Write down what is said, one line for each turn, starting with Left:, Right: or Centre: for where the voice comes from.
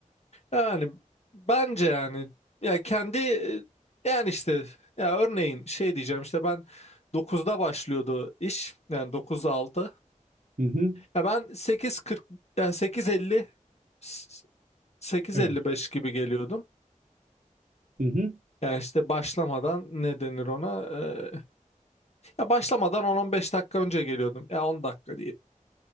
Left: Yani bence yani ya kendi e, yani işte ya örneğin şey diyeceğim işte ben dokuzda başlıyordu iş yani dokuz altı.
Right: Hı hı.
Left: ya ben sekiz kırk yani 8.50 s- sekiz
Right: Evet.
Left: elli beş gibi geliyordum.
Right: Hı hı.
Left: Yani işte başlamadan ne denir ona? Ee, ya başlamadan on on beş dakika önce geliyordum. Ya on dakika